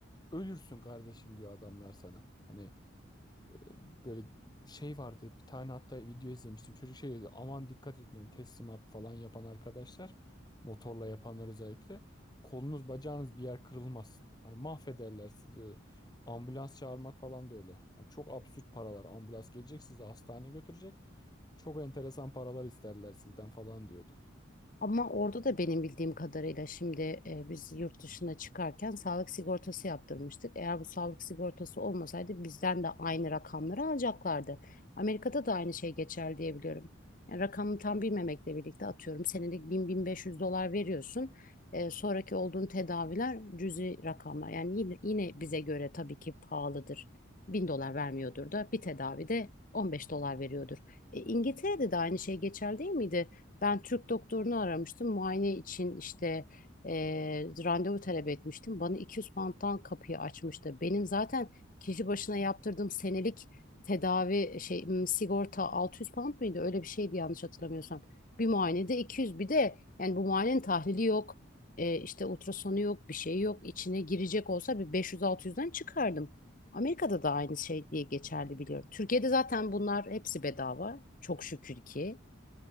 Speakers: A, on the left; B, on the left.
A: ölürsün kardeşim diyor adamlar sana. Hani e, böyle şey vardı bir tane hatta video izlemiştim. Çocuk şey dedi aman dikkat edin hani teslimat falan yapan arkadaşlar motorla yapanlar özellikle kolunuz bacağınız bir yer kırılmasın. Hani mahvederler sizi diyor. Ambulans çağırmak falan da öyle. Yani çok absürt paralar. Ambulans gelecek sizi hastaneye götürecek. Çok enteresan paralar isterler sizden falan diyordu.
B: Ama orada da benim bildiğim kadarıyla şimdi e, biz yurt dışına çıkarken sağlık sigortası yaptırmıştık. Eğer bu sağlık sigortası olmasaydı bizden de aynı rakamları alacaklardı. Amerika'da da aynı şey geçer diye biliyorum. Yani rakamı tam bilmemekle birlikte atıyorum senelik bin-bin beş yüz dolar veriyorsun. E, sonraki olduğun tedaviler cüzi rakamlar. Yani yine, yine bize göre tabii ki pahalıdır. 1000 dolar vermiyordur da bir tedavide 15 dolar veriyordur. E, İngiltere'de de aynı şey geçer değil miydi? Ben Türk doktorunu aramıştım. Muayene için işte eee, randevu talep etmiştim. Bana 200 pound'dan kapıyı açmıştı. Benim zaten kişi başına yaptırdığım senelik tedavi şey m, sigorta 600 pound mıydı? Öyle bir şeydi yanlış hatırlamıyorsam. Bir muayenede 200 bir de yani bu muayenenin tahlili yok. eee, işte ultrasonu yok, bir şey yok. İçine girecek olsa bir 500-600'den çıkardım. Amerika'da da aynı şey diye geçerli biliyorum. Türkiye'de zaten bunlar hepsi bedava. Çok şükür ki.